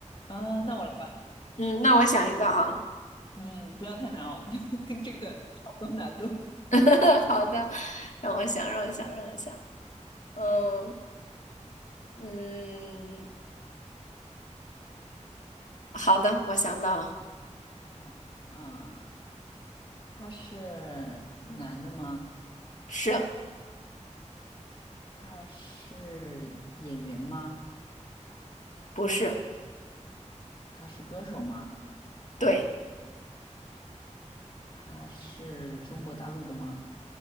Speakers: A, on the left; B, on the left.
A: 啊，那我来吧。
B: 嗯，那我想一个哈，
A: 嗯，不要太难哦，<laughs> 就跟这个差不多难度。
B: <laughs> 好的，让我想，让我想，让我想，嗯嗯，好的，我想到了，
A: 好的，嗯，他是男的吗？
B: 是
A: 他是演员吗？
B: 不是？
A: 他是歌手吗？
B: 对，
A: 他是中国大陆的吗？